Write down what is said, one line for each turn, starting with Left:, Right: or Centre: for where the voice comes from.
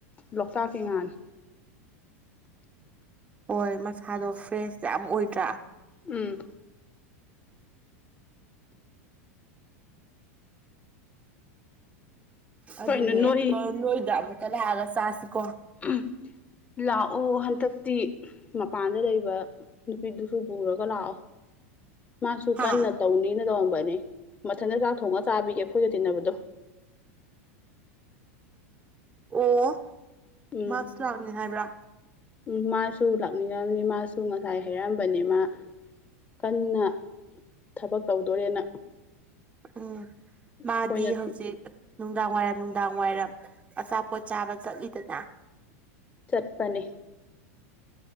Left: ꯂꯣꯛꯇꯥꯛꯀꯤ ꯉꯥꯅꯤ꯫
Right: ꯍꯣꯏ ꯃꯁꯥꯗꯣ ꯐ꯭ꯔꯦꯁ ꯌꯥꯝ ꯑꯣꯏꯗ꯭ꯔꯥ꯫
Left: ꯎꯝ꯫
Right: ꯑꯗꯨꯅꯦ
Left: ꯀꯩꯅꯣ ꯅꯣꯏ
Right: ꯑꯗꯣ ꯅꯣꯏꯗ ꯑꯃꯨꯀ ꯂꯥꯛꯑꯒ ꯆꯥꯁꯤꯀꯣ꯫
Left: ꯎꯝ꯫ ꯂꯥꯛꯑꯣ ꯍꯟꯗꯛꯇꯤ ꯃꯄꯥꯟꯗ ꯂꯩꯕ ꯅꯨꯄꯤꯗꯨꯁꯨ ꯄꯨꯔꯒ ꯂꯥꯛꯑꯣ꯫
Right: <inaudible>
Left: ꯃꯥꯁꯨ
Right: ꯍꯥ
Left: ꯀꯟꯅ ꯇꯧꯅꯤꯅ ꯇꯧꯔꯝꯕꯅꯤ ꯃꯊꯟꯇ ꯆꯥꯛ ꯊꯣꯡꯉ ꯆꯥꯕꯤꯒꯦ ꯑꯩꯈꯣꯏꯒ ꯇꯤꯟꯅꯕꯗꯣ꯫
Right: ꯑꯣ
Left: ꯎꯝ
Right: ꯃꯥꯁꯨ ꯂꯥꯛꯅꯤ ꯍꯥꯏꯕ꯭ꯔꯥ꯫
Left: ꯎꯝ ꯃꯥꯁꯨ ꯂꯥꯛꯅꯤꯡꯉꯕꯅꯤ ꯃꯥꯁꯨ ꯉꯁꯥꯏ ꯍꯥꯏꯩꯔꯛꯑꯝꯕꯅꯤ ꯃꯥ꯫ ꯀꯟꯅ ꯊꯕꯛ ꯇꯧꯗꯣꯔꯦꯅ꯫
Right: ꯎꯝ ꯃꯥꯗꯤ
Left: ꯑꯩꯈꯣꯏꯅ
Right: ꯍꯧꯖꯤꯛ꯫ ꯅꯨꯡꯗꯥꯡ ꯋꯥꯏꯔꯝ ꯅꯨꯡꯗꯥꯡ ꯋꯥꯏꯔꯝ ꯑꯆꯥꯄꯣꯠ ꯆꯥꯕ ꯆꯠꯂꯤꯗꯅ꯫
Left: ꯆꯠꯄꯅꯤ꯫